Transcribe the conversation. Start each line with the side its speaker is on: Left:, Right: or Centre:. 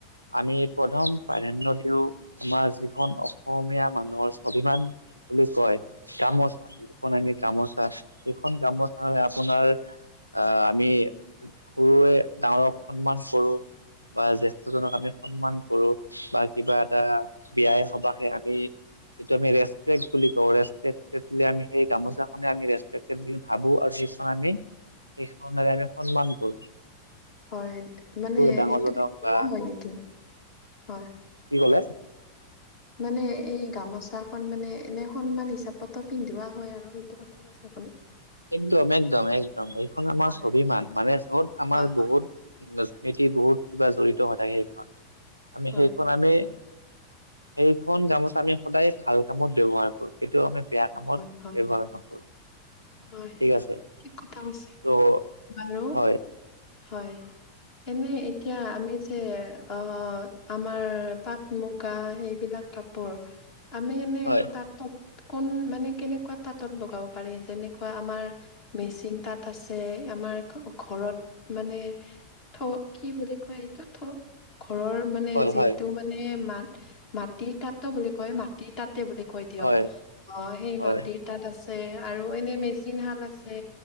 Right: আমি প্ৰথম প্ৰাধাণ্য দিওঁ আমাৰ যিখন অসমীয়া মানুহৰ স্বাভিমান বুলি কয় গামোচা। যিখন আমি গামোচা সেইখন গামচা হয় আপোনাৰ আ আমি সৰুৱে ডাঙৰক সন্মান কৰো বা জেস্থজনক আমি সন্মান কৰো, বা কিবা এটা বিয়াই সবাহে আমি এইটো আমি ৰেষ্ট পেক্ট বুলি কওঁ, ৰেচপেক্টেড বুলি সেই গামোচাখনে আমি ৰেচপেক্টেড বুলি ভাবো আৰু ৰন আমি সেইখনৰে আমি সন্মান কৰো।
Left: হয় মানে
Right: ডাঙৰজনক
Left: এইটো
Right: বা
Left: হয় নেকি? হয়,
Right: কি ক'লে?
Left: মানে এই গামোচাখন মানে এনে সন্মান হিচাপতো পিন্ধোৱা হয় আৰু সেইটো কথা। কি কৈছে আপুনি?
Right: একদম একদম একদম এইখন আমাৰ
Left: হয়,
Right: স্বভিমান। মানে য'ত আমাৰ
Left: হয়,
Right: বহুত স্মৃতি বহুত কিবা জড়িত হৈ থাকে সেইখনত। আমি
Left: হয়,
Right: সেইখন আমি সেইখন গামোচ আমি সদায় ভাল কামত ব্যৱহাৰ কৰো। সেইটোও আমি বেয়া কামত
Left: হয়, হয়,
Right: ব্যয়ৱহাৰ
Left: হয়,
Right: নকৰো।
Left: হয়
Right: ঠিক আছে
Left: ঠিক কথা কৈছে।
Right: ত'
Left: বাৰু
Right: হয়
Left: হয়। এনে এতিয়া আমি যে অ' আমাৰ পাট মুগা সেইবিলাক কাপোৰ আমি এনে
Right: হয়
Left: তাত কোন মানে কেনেকুৱা তাঁতত লগাব পাৰি? যেনেকুৱা আমাৰ মেচিন তাত আছে, আমাৰ ঘৰত মানে থ কি বুলি কয় এইটো থ ঘৰৰ মানে
Right: হয়
Left: যিটো
Right: হয়
Left: মানে মাত মাটিৰ তাঁতো বুলি কয়, মাটিৰ তাঁত তে বুলি কৈ দিয়ক।
Right: হয়
Left: অ' সেই
Right: হয়
Left: মাটিত তাত আছে। আৰু এনে মেচিন শাল আছে।